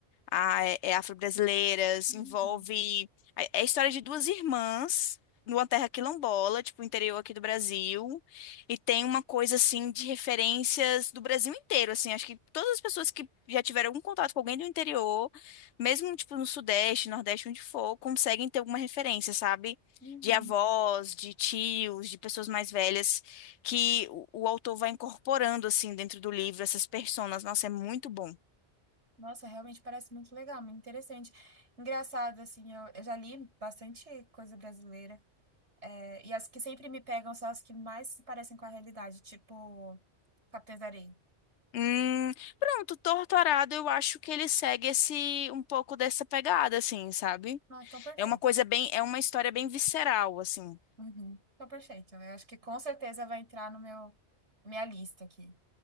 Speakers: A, on the left; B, on the right.
A: a- é, é afro-brasileiras,
B: uhum,
A: envolve. É é a história de duas irmãs numa terra quilombola, tipo, interior aqui do Brasil. E tem uma coisa, assim, de referências do Brasil inteiro, assim. Acho que todas as pessoas que já tiveram algum contato com alguém do interior, mesmo, tipo, no Sudeste, Nordeste, onde for, conseguem ter alguma referência, sabe?
B: uhum.
A: De avós, de tios, de pessoas mais velhas, que o, o autor vai incorporando, assim, dentro do livro, essas personas. Nossa, é muito bom.
B: Nossa, realmente parece muito legal, muito interessante. Engraçado, assim, eu, eu já li bastante coisa brasileira. é, e as que sempre me pegam são as que mais se parecem com a realidade, tipo Capitães da Areia.
A: Hum, pronto, Torturado, eu acho que ele segue esse um pouco dessa pegada, assim, sabe?
B: Não, é tão perfeito.
A: É uma coisa bem, é uma história bem visceral, assim.
B: Uhum, tão perfeito. Eu acho que com certeza vai entrar no meu, na minha lista aqui.